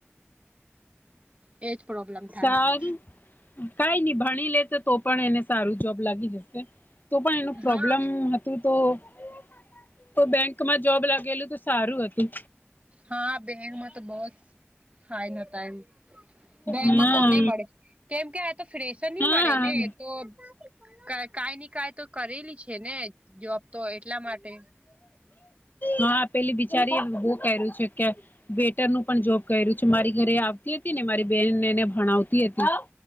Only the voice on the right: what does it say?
એજ પ્રોબ્લેમ. થાય
હા
હા બેંકમાં તો બસ થાય નતા એમ બેંકમાં
કોને મળે. કેમ કે આ તો ફ્રેશર નહી
મળે ને તો. ક કઈ ની કઈ તો કરેલી છે ને જોબ તો એટલા માટે.